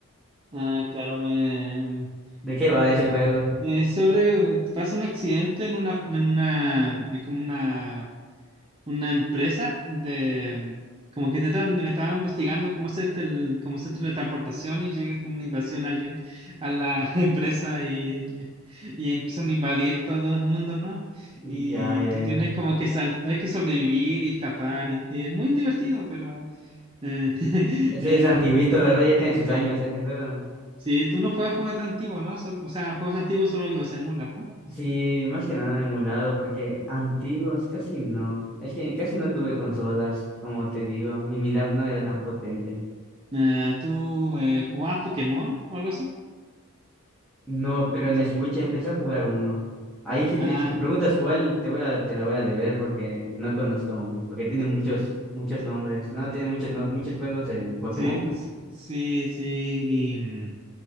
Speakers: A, on the right; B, in the centre.
A: Ah, claro, me,
B: ¿De qué va
A: eh,
B: ese juego?
A: eh, sobre, pasa un accidente en una, en una, es como una una empresa de como que te tra- me estaba investigando cómo hacer tel- cómo hacer teletransportación y llega como una invasión alguien a la <laughs> empresa y, y empiezan a invadir todo el mundo, ¿no? Y
B: Ya, ya,
A: tú
B: ya.
A: tienes como que sal, tienes que sobrevivir y escapar y, y es muy divertido, pero eh, <laughs>
B: Sí,
A: eh,
B: es antiguito,
A: no-
B: ¿verdad? Ya tiene sus
A: sí.
B: años ese juego.
A: Sí, tú no juegas juegos tan antiguos, ¿no? Solo- o sea, juegos antiguos solo los emulas, ¿no?
B: Sí, más que nada emulado, porque antiguos casi no. Es que casi no tuve consolas, como te digo, y mi lap no era tan potente.
A: Eh, ¿tú eh, jugabas Pokémon o algo así?
B: No, pero en Switch empecé a jugar uno. Ahí si, te-
A: Ah,
B: si me preguntas cuál, te voy a, te la voy a deber porque no conozco, porque tiene muchos, muchos nombres, ¿no? Tiene muchos, no- muchos juegos en Pokémon.
A: Sí, s- sí, sí. Y mm,